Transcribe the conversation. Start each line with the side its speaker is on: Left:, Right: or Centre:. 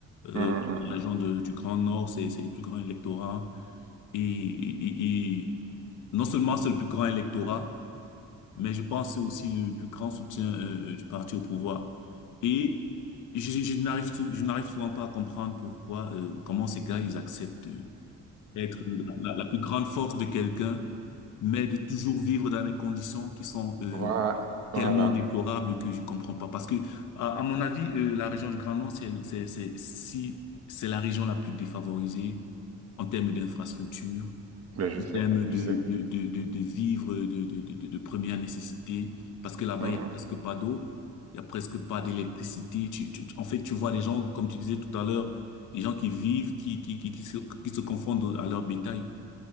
Left: Euh,
Right: Mm, mm, mm.
Left: la région de- du Grand Nord, c'est, c'est le plus grand électorat. Et, et, et, et non seulement c'est le plus grand électorat, mais je pense que c'est aussi le plus grand soutien euh, euh, du parti au pouvoir. Et je, je n'arrive, sou- je n'arrive souvent pas à comprendre pourquoi, euh, comment ces gars, ils acceptent. euh, être la, la- la plus grande force de quelqu'un, mais de toujours vivre dans des conditions qui sont euh,
Right: Voilà. voilà.
Left: tellement déplorables que je comprends pas. Parce que, à, à mon avis, euh, la région du Grand Nord, c'est, c'est, c'est, si, c'est la région la plus défavorisée en termes d'infrastructure,
Right: Ben, je
Left: en
Right: sais,
Left: termes de,
Right: je sais.
Left: de, de, de, de vivres de, de, de, de de première nécessité, parce que là-bas,
Right: Mm,
Left: il y a presque pas d'eau. Il y a presque pas d'électricité. Tu, tu- tu- en fait, tu vois les gens, comme tu disais tout à l'heure, les gens qui vivent, qui, qui, qui, qui se, qui se confondent à leur bétail.